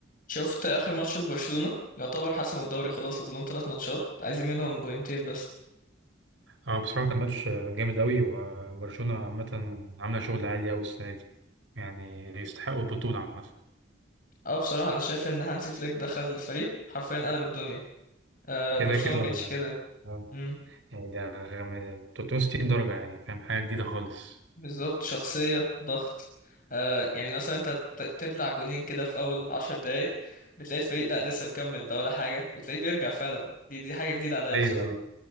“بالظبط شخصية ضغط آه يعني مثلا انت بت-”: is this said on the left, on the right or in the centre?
Left